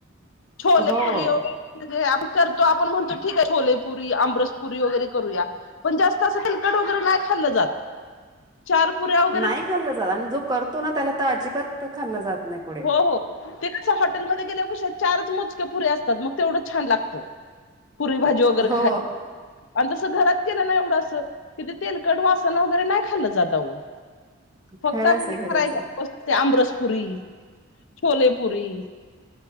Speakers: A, on the left; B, on the right.
A: छोलेपुरीर
B: हो.
A: <unintelligible> आपण करतो, आपण म्हणतो, ठीक आहे. छोलेपुरी, आमबसपुरी, वगैरे करूया पण जास्त असं तिलकट वगैरे नाही खाल्लं जात. चार पुऱ्या वगैरे
B: नाही खाल्लं जात आणि जो करतो ना त्याला ताजी पत्त खाल्लं जात नाही पुढे.
A: हो हो, ते कस हॉटेलमध्ये गेले कश्या चारच मोजक्या पुऱ्या असतात मग तेवढं छान लागत. पुरी भाजी वगैरे
B: हो.
A: खाय आणि तसं घरात केलं ना एवढं अस किती तेलकट वा वगैरे नाही खाल्लं जात अहो. फक्त
B: खरंच आहे खरंच
A: करायच
B: आहे.
A: <unintelligible> आमरसपुरी. छोलेपुरी.